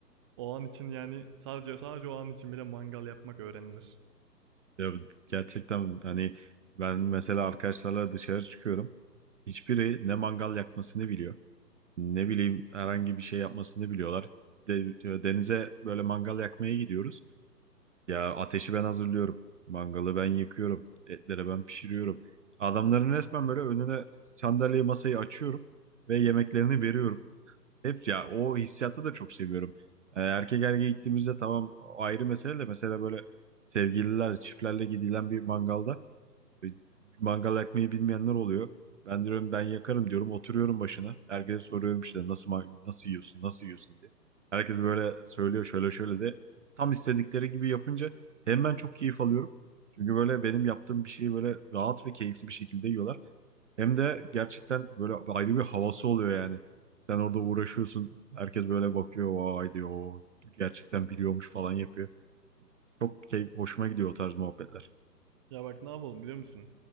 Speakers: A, on the right (about 15°); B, on the right (about 45°).
A: o an için yani sadece sadece o an için bile mangal yapmak öğrenilir.
B: Ya gerçekten hani ben mesela arkadaşlarla dışarı çıkıyorum. Hiçbiri ne mangal yakmasını biliyor. Ne bileyim herhangi bir şey yapmasını biliyorlar. De- diyor, denize böyle mangal yakmaya gidiyoruz. Ya ateşi ben hazırlıyorum. Mangalı ben yakıyorum. Etleri ben pişiriyorum. Adamların resmen böyle önüne sandalyeyi masayı açıyorum ve yemeklerini veriyorum. Hep ya o hissiyatı da çok seviyorum. Ee, erkek erkeğe gittiğimizde tamam ayrı mesele de mesela böyle sevgililer çiftlerle gidilen bir mangalda e, Mangal yakmayı bilmeyenler oluyor. Ben diyorum ben yakarım diyorum oturuyorum başına. Herkese soruyorum işte nasıl ma- nasıl yiyorsun nasıl yiyorsun diye. Herkes böyle söylüyor şöyle şöyle de tam istedikleri gibi yapınca hem ben çok keyif alıyorum. Çünkü böyle benim yaptığım bir şeyi böyle rahat ve keyifli bir şekilde yiyorlar. Hem de gerçekten böyle ayrı bir havası oluyor yani. Sen orada uğraşıyorsun. Herkes böyle bakıyor. Vay diyor. "O Gerçekten biliyormuş falan yapıyor. Çok keyif, hoşuma gidiyor o tarz muhabbetler.
A: Ya bak ne yapalım biliyor musun?